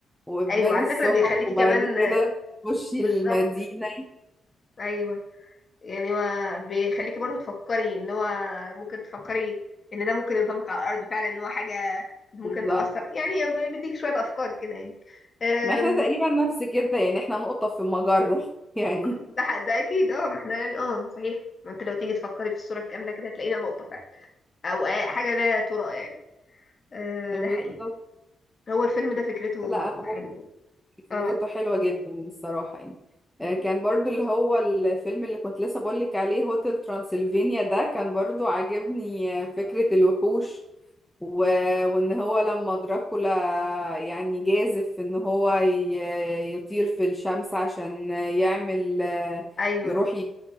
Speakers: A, in the centre; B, on the left.
A: وتبان
B: أيوه على
A: السحب
B: فكرة بيخليكي
A: وبعد
B: كمان
A: كده تخشي
B: بالظبط
A: المدينه
B: أيوه يعني هو بيخليكي برضو تفكري ان هو ممكن تفكري ان ده ممكن ينطبق على الارض فعلا ان هو حاجه ممكن
A: بالظبط
B: تاثر يعني بيديك شويه افكار كده يعني أم،
A: ما احنا تقريبا نفس كده يعني احنا نقطه في المجره <laughs> يعني
B: ده ده اكيد اه ما احنا يعني اه صحيح ما انت لو تيجي تفكري في الصوره الكامله كده هتلاقينا نقطه فعلا او آه، حاجه لا ترى يعني أه
A: بالظبط
B: ده حقيقي هو الفيلم ده فكرته
A: لا
B: حلوه
A: فكرته
B: اه
A: حلوة جدا الصراحة يعني
B: أمم.
A: آه، كان برضو اللي هو الفيلم اللي كنت لسه بقولك عليه هوتل ترانسلفينيا ده كان برضو عاجبني آه، فكرة الوحوش و... وان هو لما دراكولا يعني جازف ان هو ي... يطير في الشمس عشان يعمل آه،
B: ايوه
A: يروح يج-